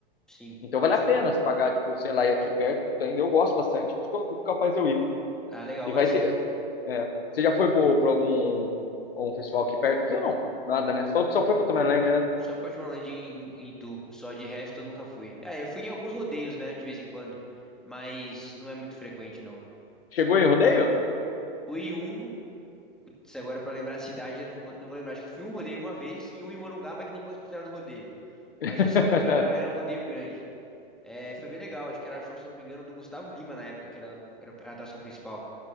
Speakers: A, in the centre; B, on the left.
A: Sim,
B: Então vale
A: sim.
B: a pena se pagar, tipo, sei lá, e aqui perto Então, ainda. Eu gosto bastante. Acho que eu capaz de eu ir.
A: Ah, legal,
B: E
A: vai
B: vai
A: sim.
B: ter. é, você já foi por, por algum um festival aqui perto aqui ou não? Nada, né? Você falou que só foi pra Tomorrowland, né?
A: Só Portmorland em, em Itu. Só de resto eu nunca fui. Ah, eu fui em alguns rodeios, né? De vez em quando. Mas não é muito frequente, não.
B: Chegou em rodeio?
A: Fui um. putz, agora pra lembrar a cidade, eu não vou, não vou lembrar. Acho que eu fui um rodeio uma vez e um em Morungaba que nem pode ser considerado rodeio.
B: <laughs>
A: Mas esse outro era, era um rodeio grande. É, foi bem legal. Acho que era show, se eu não me engano, do Gustavo Lima na época, que era, era a atração principal.